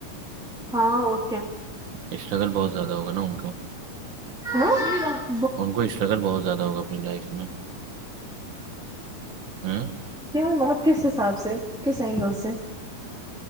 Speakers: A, in the centre; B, on the right.
A: ہاں اور کیا
B: اسٹرگل بہت زیادہ ہوگا نا ان کو
A: ہاں <inaudible>
B: ان کو اسٹرگل بہت زیادہ ہوگا اپنی لائف میں ہوں
A: کیا ہے مطلب کس حساب سے کس اینگل سے